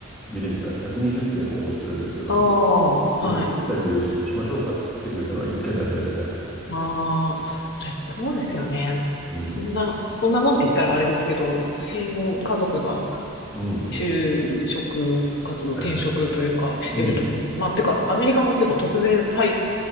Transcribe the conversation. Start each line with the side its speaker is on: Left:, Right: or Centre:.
Centre: 見てみたら120件応募してるんですけど、
Left: ああ、
Centre: でもインタビューし、
Left: はい。
Centre: しましょうかって来てくれたのは1件だけですね。
Left: ああ、でもそうですよね。
Centre: うん。
Left: そんな、そんなもんって言ったらあれですけど、私も家族が
Centre: うん。
Left: 就職活動、転職というかしてるときに、
Centre: はいはい。うん。
Left: まあ、てか、アメリカも結構突然、はい、